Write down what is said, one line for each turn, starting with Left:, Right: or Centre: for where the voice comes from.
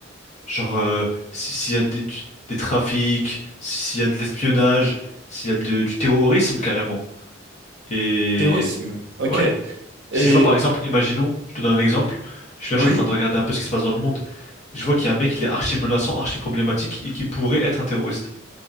Left: Genre, euh, si- s'il y a des, du- des trafics, si- s'il y a de l'espionnage, s'il y a de- du terrorisme carrément. Et
Right: Terrorisme. Ok.
Left: ouais.
Right: Et
Left: Si je vois par exemple, imaginons, je te donne un exemple, je suis là, je
Right: oui,
Left: suis en train de regarder un peu ce qui se passe dans le monde. Je vois qu'il y a un mec, il est archi menaçant, archi problématique et qui pourrait être un terroriste.